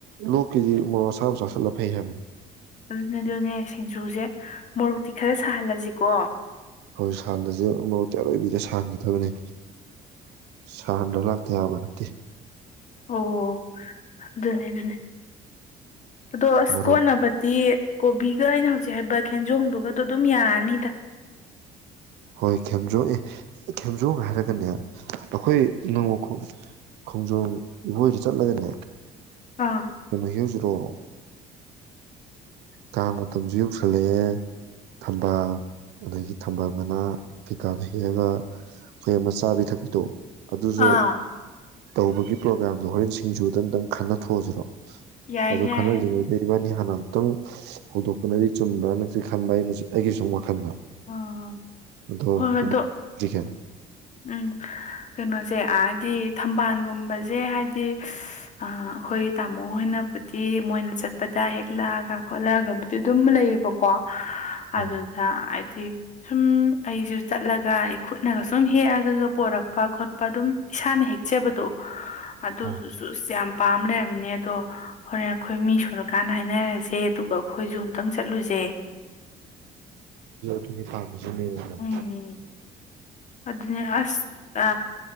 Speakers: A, on the right (about 85°); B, on the left (about 45°).
A: ꯂꯣꯛꯀꯤꯗꯤ ꯃꯣꯔꯣꯛ ꯑꯁꯕ ꯆꯁꯤꯠꯂ ꯐꯩ ꯍꯥꯏꯕꯅꯤ
B: ꯑꯗꯨꯅꯦ ꯑꯗꯨꯅꯦ ꯁꯤꯡꯖꯨꯁꯦ ꯃꯣꯔꯣꯛꯇꯤ ꯈꯔ ꯁꯥꯍꯜꯂꯁꯤꯀꯣ
A: ꯍꯣꯏ ꯁꯍꯟꯗꯖꯨ ꯃꯔꯣꯛꯛꯇꯤ ꯑꯔꯣꯏꯕꯤꯗ ꯁꯍꯥꯟꯒꯗꯕꯅꯤ ꯁꯍꯟꯗ ꯂꯥꯛꯇ ꯌꯥꯕ ꯅꯠꯇꯦ
B: ꯑꯣ ꯑꯗꯨꯅꯦ ꯑꯗꯨꯅꯦ ꯑꯗꯣ ꯑꯁ
A: ꯃꯔꯣꯛ
B: ꯀꯣꯠꯅꯕꯗꯤ ꯀꯣꯕꯤꯒ ꯑꯩꯅ ꯍꯧꯖꯤꯛ ꯍꯥꯏꯕ ꯈꯦꯟꯖꯣꯗꯨꯒꯗꯣ ꯑꯗꯨꯝ ꯌꯥꯔꯅꯤꯗ
A: ꯍꯣꯏ ꯈꯦꯝꯖꯣ ꯑꯦ ꯈꯦꯝꯖꯣꯡ ꯍꯥꯏꯔꯒꯅꯦ ꯑꯩꯈꯣꯏ ꯅꯣꯡꯉꯈꯣ ꯈꯣꯡꯖꯣꯝ ꯏꯕꯣꯛ ꯍꯣꯏꯗ ꯆꯠꯂꯒꯅꯦ
B: ꯑꯥ
A: ꯅꯣꯡꯃ ꯍꯦꯛꯎꯁꯤꯔꯣ ꯀꯥꯡ ꯃꯇꯝꯁꯨ ꯌꯧꯁꯜꯂꯛꯑꯦ ꯊꯝꯕꯥꯜ ꯑꯗꯒꯤ ꯊꯝꯕꯥꯜ ꯃꯅꯥ ꯀꯩꯀꯥꯗ ꯍꯦꯛꯑꯒ ꯑꯩꯈꯣꯏ ꯑꯃ ꯆꯥꯕꯤ ꯊꯛꯄꯤꯗꯣ ꯑꯗꯨꯁꯨ
B: ꯑꯥ
A: ꯇꯧꯕꯒꯤ ꯄ꯭ꯔꯣꯒꯥꯝꯗꯣ ꯍꯣꯔꯦꯟ ꯁꯤꯡꯖꯨꯗ ꯑꯝꯇꯪ ꯈꯟꯅꯊꯣꯛꯑꯁꯤꯔꯣ
B: ꯌꯥꯏꯌꯦ
A: ꯑꯗꯣ
B: ꯌꯥꯏ
A: ꯈꯟꯅꯗ꯭ꯔꯤꯉꯩꯗꯩ
B: ꯍꯥꯏꯗꯤ
A: ꯏꯕꯥꯅꯤ ꯍꯥꯟ ꯍꯥꯟꯅ ꯑꯃꯨꯛꯇꯪ ꯍꯧꯗꯣꯛꯄꯅꯗꯤ ꯆꯨꯝꯕ꯭ꯔꯥꯅꯗꯤ ꯈꯟꯕ ꯑꯩꯅꯖꯨ ꯑꯩꯒꯤ ꯁꯨꯝ ꯋꯥꯈꯟꯗ
B: ꯑꯥ
A: ꯑꯗꯣ
B: ꯍꯣ ꯍꯣꯏ
A: ꯀꯃꯥꯏꯒꯦ
B: ꯑꯗꯨ ꯑꯍ ꯀꯦꯅꯣꯁꯦ ꯑꯗꯤ ꯊꯝꯕꯜꯒꯨꯝꯕꯁꯦ ꯍꯥꯏꯗꯤ ꯑꯥꯥ ꯑꯩꯈꯣꯏ ꯇꯥꯃꯣ ꯍꯣꯏꯅꯕꯨꯗꯤ ꯃꯣꯏꯅ ꯆꯠꯄꯗ ꯍꯦꯛꯂꯛꯑꯒ ꯈꯣꯠꯂꯛꯑꯒꯕꯨꯗꯤ ꯑꯗꯨꯝ ꯂꯩꯌꯦꯕꯀꯣ
A: ꯑꯥ
B: ꯑꯗꯨꯗ ꯁꯨꯝ ꯑꯩꯁꯨ ꯆꯠꯂꯒ ꯑꯩ ꯈꯨꯠꯅꯒ ꯁꯨꯝ ꯍꯦꯛꯑꯒꯒ ꯄꯣꯔꯛꯄ ꯈꯣꯠꯄ ꯑꯗꯨꯝ ꯏꯁꯥꯅ ꯍꯦꯛꯆꯕꯗꯣ ꯑꯗꯨꯗꯨ
A: ꯑꯥ
B: ꯁꯨꯁ ꯌꯥꯝ ꯄꯥꯝ ꯂꯩꯔꯝꯅꯦ ꯑꯗꯣ ꯍꯣꯔꯦꯟ ꯑꯩꯈꯣꯏ ꯃꯤ ꯁꯨꯔꯀꯥꯟꯗ ꯍꯥꯏꯅꯔꯁꯦ ꯑꯗꯨꯒ ꯑꯩꯈꯣꯏꯁꯨ ꯈꯤꯇꯪ ꯆꯠꯂꯨꯁꯦ
A: ꯀꯤꯂꯤꯐꯥꯡ ꯖꯤꯃꯤꯟꯅ
B: ꯎꯝ ꯑꯗꯨꯅꯦ ꯑꯁ ꯑ